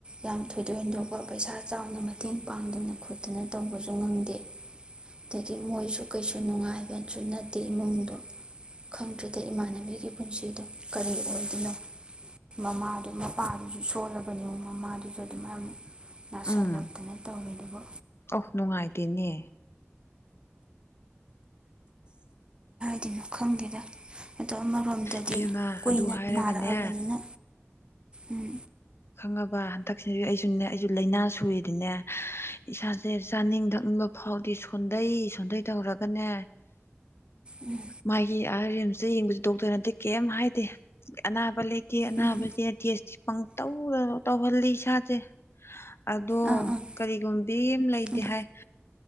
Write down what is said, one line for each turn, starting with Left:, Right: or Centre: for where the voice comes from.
Right: ꯌꯥꯝ ꯊꯣꯏꯗꯣꯛ ꯍꯦꯟꯗꯣꯛꯄ ꯄꯩꯁꯥ ꯆꯥꯎꯅ ꯃꯇꯦꯡ ꯄꯥꯡꯗꯨꯅ ꯈꯣꯠꯇꯅ ꯇꯧꯕꯁꯨ ꯉꯪꯗꯦ ꯑꯗꯒꯤ ꯃꯣꯏꯁꯨ ꯀꯩꯁꯨ ꯅꯨꯡꯉꯥꯏꯕꯁꯨ ꯅꯠꯇꯦ ꯏꯃꯨꯡꯗꯣ ꯈꯪꯗ꯭ꯔꯗ ꯏꯃꯥꯟꯅꯕꯤꯒꯤ ꯄꯨꯟꯁꯤꯗꯣ ꯀꯔꯤ ꯑꯣꯏꯗꯣꯏꯅꯣ ꯃꯃꯥꯗꯨ ꯃꯄꯥꯗꯨꯁꯨ ꯁꯣꯜꯂꯕꯅꯤꯣ ꯃꯃꯥꯗꯨꯁꯨ ꯑꯗꯨꯃꯥꯏꯅ ꯅꯥꯁꯤꯜꯂꯛꯇꯅ
Left: ꯎꯝ
Right: ꯇꯧꯃꯤꯕ
Left: ꯑꯣ ꯅꯨꯡꯉꯥꯏꯇꯦꯅꯦ
Right: ꯀꯅꯣ ꯈꯪꯗꯦꯗ ꯑꯗꯣ ꯑꯃꯔꯣꯝꯗꯗꯤ
Left: ꯏꯕꯦꯝꯃ
Right: ꯀꯨꯏꯅ
Left: ꯑꯗꯨ ꯍꯥꯏꯔꯒꯅꯦ
Right: ꯅꯥꯔꯛꯑꯕꯅꯤꯅ ꯎꯝ
Left: ꯈꯪꯉꯕ ꯍꯟꯗꯛꯁꯦ ꯑꯩꯁꯨꯅꯦ ꯑꯩꯁꯨ ꯂꯥꯏꯅꯥ ꯁꯨꯔꯦꯗꯤꯅꯦ ꯏꯁꯥꯁꯦ ꯆꯥꯅꯤꯡ ꯊꯛꯅꯤꯡꯕ ꯐꯥꯎꯗꯤ ꯁꯣꯟꯊꯩ ꯁꯣꯟꯊꯩ ꯇꯧꯔꯒꯅꯦ
Right: ꯎꯝ
Left: ꯃꯥꯒꯤ ꯑꯥꯏ ꯔꯤꯁꯇ ꯌꯦꯡꯕꯁ ꯗꯣꯛꯇꯔꯅ ꯑꯗꯤ ꯀꯩꯝ ꯍꯥꯏꯗꯦ ꯑꯅꯥꯕ ꯂꯩꯇꯦ ꯑꯅꯥꯕ
Right: ꯎꯝ
Left: ꯂꯩꯇꯦ ꯇꯦꯁꯇꯤ ꯇꯧꯅ ꯇꯧꯍꯜꯂꯤ ꯏꯁꯥꯁꯦ ꯑꯗꯣ
Right: ꯑꯥ ꯑꯥ
Left: ꯀꯔꯤꯒꯨꯝꯕꯤ ꯑꯃ ꯂꯩꯇꯦ
Right: ꯎꯝ
Left: ꯍꯥꯏ